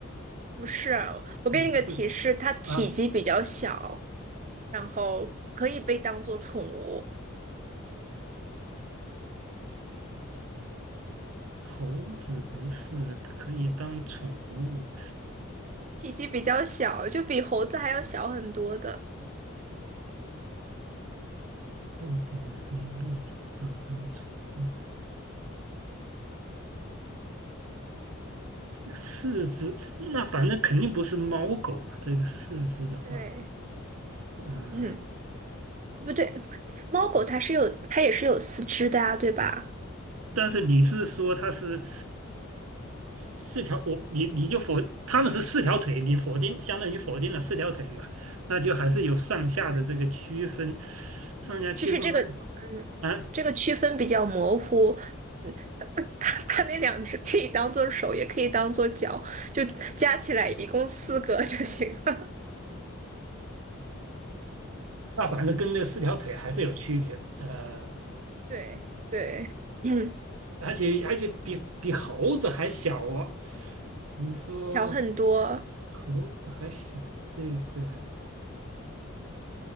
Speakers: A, on the right (about 35°); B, on the right (about 85°).
A: 不是，我给你个提示，
B: 也不是
A: 它体积比较小，
B: 啊，
A: 然后可以被当做宠物。
B: 猴子不是可以当宠物，
A: 体积比较小，就比猴子还要小很多的。
B: 又不能飞陆地上当宠物。四只，那反正肯定不是猫狗嘛。这个四只的话，
A: 对，
B: 嗯、
A: 嗯，不对，猫狗它是有，它也是有四肢的啊，对吧？
B: 但是你是说它是四四条，我你你就否，它们是四条腿，你否定相当于否定了四条腿嘛，那就还是有上下的这个区分，上下区分还
A: 其实这个，嗯，
B: 啊，
A: 这个区分比较模糊。嗯，它它那两只可以当做手，也可以当做脚，就加起来一共四个就行了。
B: 那反正跟那四条腿还是有区别，呃，
A: <laughs> 对对，嗯，
B: 而且而且比比猴子还小哦，你说
A: 小很多，
B: 猴子还小这个。